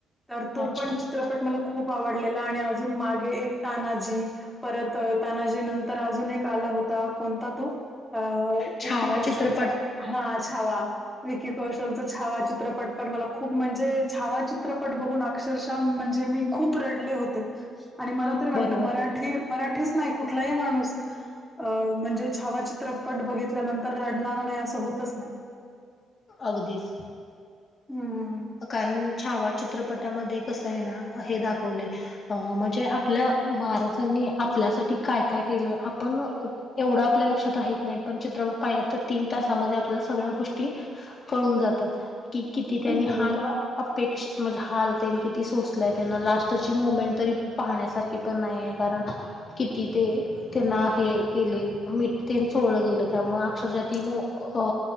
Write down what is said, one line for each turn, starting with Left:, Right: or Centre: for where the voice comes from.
Centre: तर तो
Left: अच्छा
Centre: पण चित्रपट मला खूप आवडलेला आणि अजून मागे एक तानाजी परत तानाजी नंतर अजून एक आला होता कोणता तो अ
Left: छावा
Centre: विकी कौशल
Left: चित्रपट
Centre: हा छावा विकी कौशल छावा चित्रपट पण मला खूप म्हणजे छावा चित्रपट बघून अक्षर शा ताम म्हणजे मी खूप रडले होते.
Left: <unintelligible>
Centre: आणि मला तरी वाटतं
Left: बरोबर
Centre: मराठी मराठीच नाही कुठला ही माणूस अ म्हणजे छावा चित्रपट बघित ल्या नंतरडणार नाही असं होतच नाही.
Left: अगदीच.
Centre: हम्म.
Left: कारण छावा चित्रपटामध्ये कस आहे ना हे दाखवलेय अ म्हणजे आपल्या महाराजांनी आपल्यासाठी काय काय केलं आपण एवढं आपल्या लक्षात राहत नाही पण चित्रपट पाहिला तर तीन तासामध्ये आपल्या सगळ्या गोष्टी कळून जातात कि किती त्यांनी
Centre: बरोबर.
Left: हाल पेक्षा म्हणजे हालतन किती सोचलंय त्यांना लास्टची मुमेंट तरी पाहण्यासारखी पण नाही आहे कारण किती ते त्यांना हे केले मीठ चोळलं गेलं त्यामु अक्षरशा ती मो अ